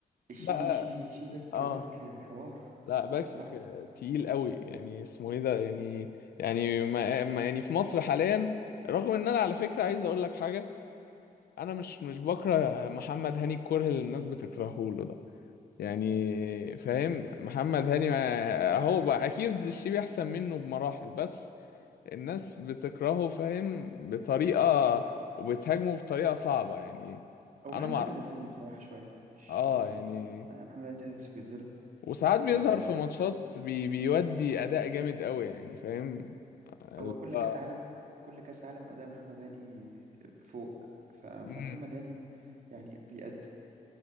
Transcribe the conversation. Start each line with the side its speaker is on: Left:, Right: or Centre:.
Right: الشيبي
Left: بقى
Right: شيبي شيبي باك
Left: اه
Right: باك حوار
Left: لا
Right: حوار
Left: باك
Right: بصراحة
Left: آه، تقيل قوي يعني اسمه ايه ده يعني يعني ما ما- يعني في مصر حاليا رغم ان انا على فكرة عايز اقول لك حاجة انا مش مش بكره محمد هاني الكره اللي الناس بتكرهه له ده يعني فاهم محمد هاني ما- هو بقى اكيد الشيبي احسن منه بمراحل بس الناس بتكرهه فاهم بطريقه وبتهاجمه بطريقه صعبه يعني
Right: هو
Left: انا
Right: محمد
Left: مع
Right: هاني بيتظلم بصراحة شوية مش
Left: اه يعني
Right: محمد هاني تحسه بيتظلم
Left: وساعات بيظهر
Right: آه،
Left: في ماتشات بي... بيودي اداء جامد قوي يعني فاهم ال-
Right: هو كل
Left: آه.
Right: كاس عالم كل كاس عالم اداء محمد هاني فوق ف- فمحمد
Left: امم
Right: هاني يعني بيأدي